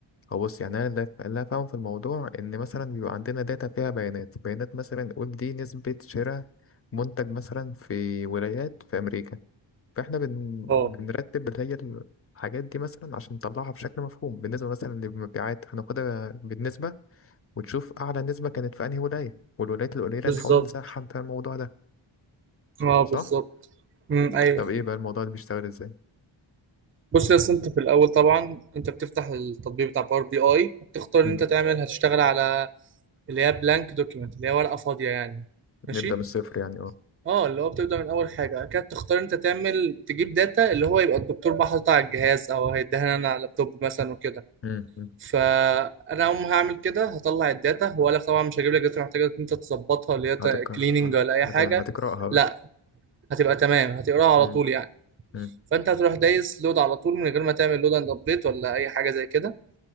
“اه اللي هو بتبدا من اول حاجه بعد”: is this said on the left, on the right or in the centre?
Right